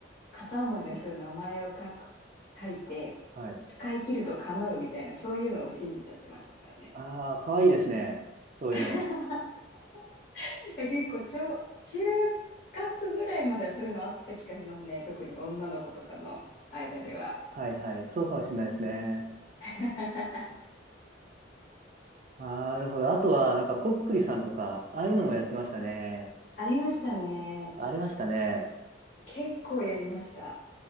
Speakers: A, on the left (about 50°); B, on the right (about 40°).
A: 片思いの人の名前を書く、書いて、
B: はい。
A: 使い切ると叶うみたいな、そういうのを信じちゃってましたからね。
B: ああ、かわいいですね。そういうの。
A: <laughs> いや、結構小、中学ぐらいまではそういうのあった気がしますね。特に女の子とかの間では。
B: はいはい。そうかもしれないですね。
A: <laughs>
B: なるほど。あとは、なんか、こっくりさんとか、ああいうのもやってましたね。
A: ありましたね。
B: ありましたね。
A: 結構やりました。